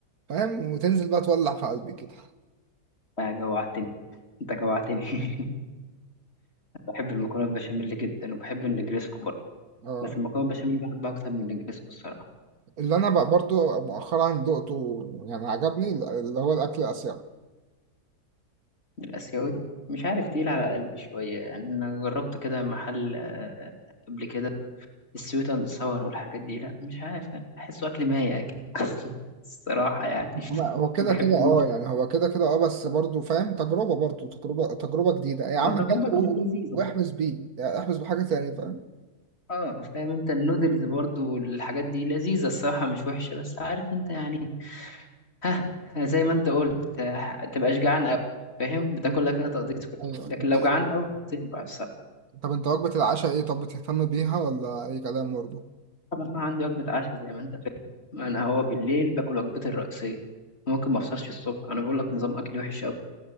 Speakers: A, on the right; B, on the left.
A: فاهم وتنزل بقى تولع في قلبي كده
B: بقى جوعتني أنت جوعتني <laughs> بحب المكرونة بشاميل جدا وبحب النجريسكو برضه
A: اه
B: بس المكرونة بشاميل بحبها أكتر من النجريسكو الصراحة
A: اللي انا بقى برضو مؤخرا دقته يعني عجبني اللي هو الاكل الاسيوي
B: الآسيوي مش عارف تقيل على قلبي شوية يعني أنا جربت كده محل آه، قبل كده السويت أند ساور والحاجات دي لا مش عارف أحسه أكل مايع كده <laughs> الصراحة يعني
A: ما- هو كده
B: ما بحبوش
A: كده اه يعني هو كده كده اه بس برضو فاهم تجربه برضو تجربه تجربه جديده يا عم
B: وتجربة
A: هاته
B: كانت لذيذة
A: واحبس بيه يعني احبس بحاجه تانية فاهم
B: اه فاهم انت النودلز برضو والحاجات دي لذيذة الصراحة مش وحشة بس عارف انت يعني ها زي ما انت قلت آه، تبقاش جعان أوي فاهم بتاكلها
A: انت
B: كده تقضيتك
A: ايوه
B: لكن
A: انت
B: لو جعان أوي بتشبع
A: طب انت وجبه العشاء ايه طب بتهتم بيها ولا اي كلام برضو
B: انا بقى عندي وجبه عشاء زي ما انت فاهم انا هو بالليل باكل وجبتي الرئيسيه ممكن ما افطرش الصبح انا بقول لك نظام اكلي وحش قوي